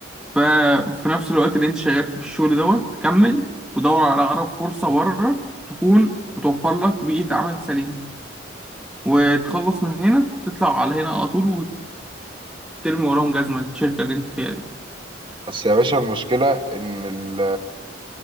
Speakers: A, in the centre; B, on the right.
A: ففي نفس الوقت اللي انت شغال فيه في الشغل دوت كمل ودور على اقرب فرصة بره تكون وتوفر لك بيئة عمل سليمة وتخلص من هنا تطلع على هنا على طول وترمي وراهم جزمة الشركة اللي انت فيها دي
B: بس يا باشا المشكلة إن ال